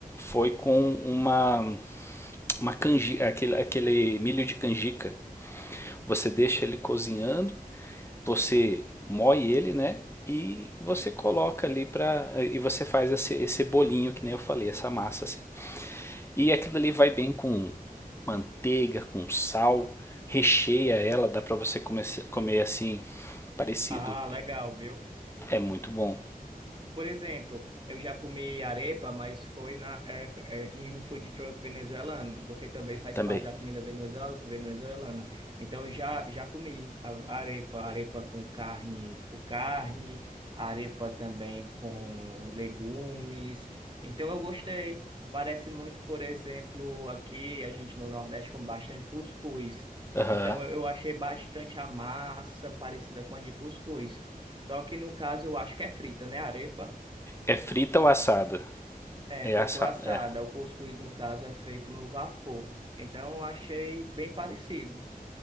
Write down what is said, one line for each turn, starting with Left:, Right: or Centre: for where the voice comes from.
Left: foi com uma, uma canjica, aquele, aquele milho de canjica. Você deixa ele cozinhando, você moe ele, né? E você coloca ali para e você faz esse, esse bolinho que nem eu falei, essa massa assim. E aquilo ali vai bem com manteiga, com sal, recheia ela, dá para você comer, comer assim, parecido.
Right: Ah, legal, viu?
Left: É muito bom
Right: Por exemplo, eu já comi arepa, mas foi na, é, é, em um food truck venezuelano, porque também faz
Left: também.
Right: parte da comida venezuel- venezuelana. Então, eu já, já comi a- arepa, arepa com carne, com carne, arepa também com legumes. Então, eu gostei. Parece muito, por exemplo, aqui a gente no Nordeste come bastante cuscuz.
Left: Ah,
Right: Então, eu eu achei bastante a massa parecida com a de cuscuz. Só que no caso eu acho que é frita, né? Arepa.
Left: é frita ou assada?
Right: É,
Left: É
Right: frito
Left: assada,
Right: ou assada.
Left: é.
Right: O cuscuz, no caso, é feito no vapor. Então, eu achei bem parecido.